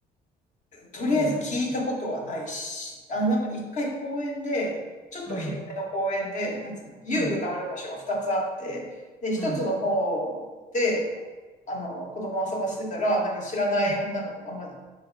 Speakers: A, on the left; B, in the centre.
A: とりあえず聞いたことはないし、
B: そうはい。う
A: あの、なんか一回公園で、ちょっと広めの公園で、
B: ん、
A: なんつうの、遊具がある場所が2つあって、
B: うん、
A: で、1つの方で、
B: うん、
A: あの、子供を遊ばせてたら、なんか知らない女の子、
B: うん、
A: あんま、